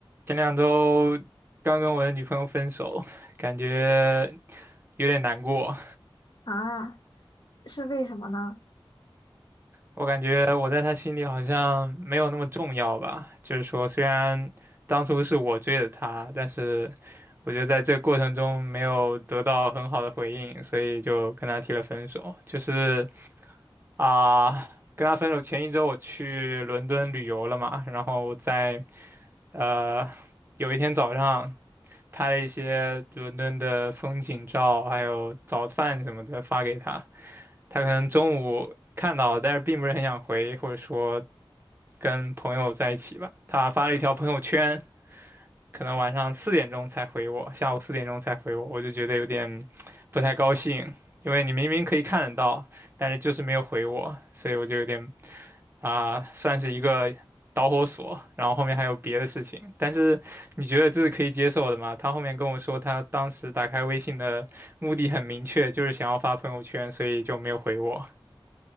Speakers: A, on the right; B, on the left.
A: 前两周刚跟我的女朋友分手，感觉有点难过。
B: 啊，是为什么呢？
A: 我感觉我在她心里好像没有那么重要吧。就是说，虽然当初是我追的她，但是我觉得在这个过程中没有得到很好的回应，所以就跟她提了分手。就是啊、跟她分手前一周我去伦敦旅游了嘛，然后我在呃有一天早上。拍了一些伦敦的风景照，还有早饭什么的发给他。他可能中午看到，但是并不是很想回，或者说跟朋友在一起吧。他发了一条朋友圈，可能晚上四点钟才回我，下午四点钟才回我，我就觉得有点不太高兴，因为你明明可以看得到，但是就是没有回我，所以我就有点啊、算是一个导火索。然后后面还有别的事情，但是你觉得这是可以接受的吗？他后面跟我说，他当时打开微信的目的很明确，就是想要发朋友圈，所以就没有回我。